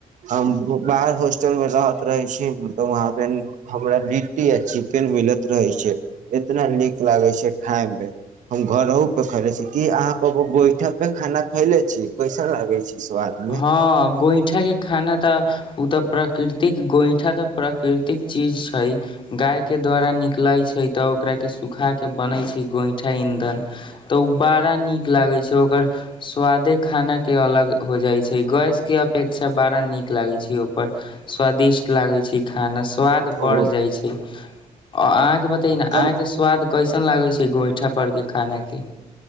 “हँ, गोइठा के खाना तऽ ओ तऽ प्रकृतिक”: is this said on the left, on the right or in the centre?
Left